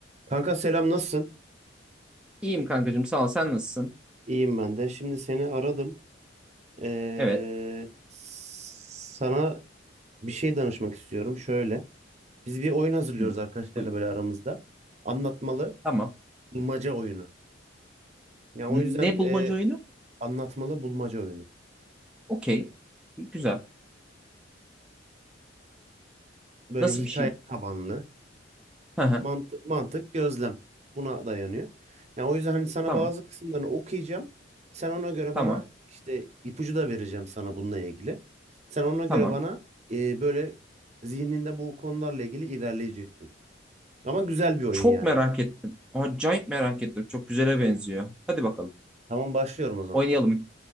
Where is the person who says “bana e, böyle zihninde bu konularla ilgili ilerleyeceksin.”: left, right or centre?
Right